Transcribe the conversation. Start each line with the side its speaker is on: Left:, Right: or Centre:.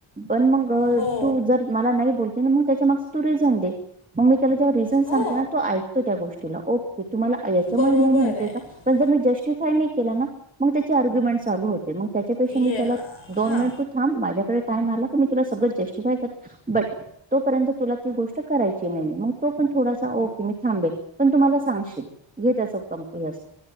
Right: पण मग
Left: हो
Right: तू जर मला नाही बोलते मग त्याच्या माग तू रिझन दे मग मी, त्याला जेव्हा रिजन
Left: हो
Right: सांगते ना तो को त्या गोष्टीला ओक तुम्हाला याच्यामुळे
Left: बरोबर
Right: नाही म्हणते
Left: आहे
Right: का पण जर मी जस्टिफाय नाही केला ना मग त्याची आर्ग्युमेंट चालू होते. मग त्याच्यापेक्षा मी
Left: ये
Right: त्याला दोन
Left: हां
Right: मिनिट तू थांब माझ्याकडे काय मारला मी तुला सगळ जस्टिफाय करते बट तोपर्यंत तुला ती गोष्ट करायची नाही मग तो पण थोडासा ओके मी थांबेल पण तुम्हाला सांगशील घे त्याच कंपनी अस